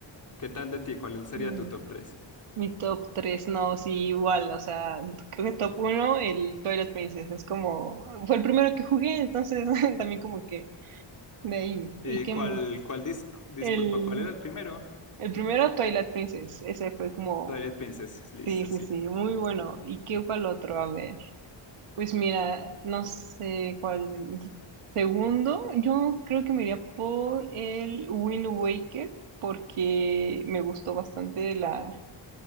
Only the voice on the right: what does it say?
mm,
mi top 3 no, sí, igual, o sea, creo que top uno el Twilight Princess, es como, fue el primero que jugué, entonces <laughs> también como que de ahí. ¿Y
qué
más?
El...
El primero, Twilight Princess, ese fue como
Sí, sí,
sí, muy bueno. ¿Y qué cuál otro? A ver. Pues mira, no sé cuál. Segundo, yo creo que me iría por el Wind Waker porque me gustó bastante la,